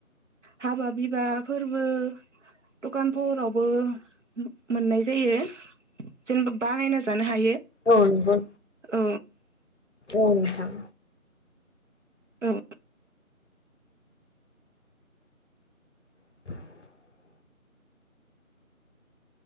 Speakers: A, on the right; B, on the left.
A: हाबा बिबाफोरबो दखान फहरावबो मोननाय जायो जेनेबा बानायना जानो हायो
B: औ नोंगौ
A: औ
B: औ नोंथां
A: औ
B: <inaudible>